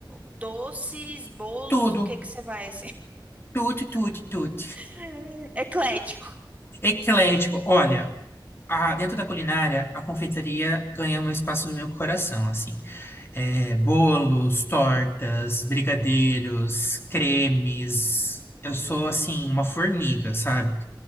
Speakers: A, on the right; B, on the left.
A: doces, bolos,
B: Tudo,
A: o que que você vai assim?
B: tudo, tudo, tudo.
A: <laughs> Eclético.
B: Eclético. Olha, a- dentro da culinária, a confeitaria ganha um espaço no meu coração, assim. É, bolos, tortas, brigadeiros, cremes. Eu sou, assim, uma formiga, sabe?